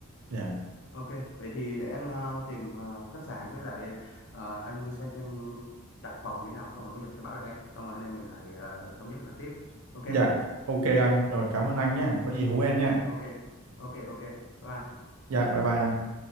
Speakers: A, on the right; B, on the left.
A: dạ
B: ok vậy thì để anh ờ, tìm ờ, khách sạn với lại ờ, anh xem xem đặt phòng như thế nào xong rồi có gì anh sẽ báo lại em xong rồi anh em mình lại ờ, thống nhất là tiếp ok
A: dạ ok anh rồi cảm ơn anh nha có gì hú em nha
B: ok ok ok bye
A: dạ bye bye anh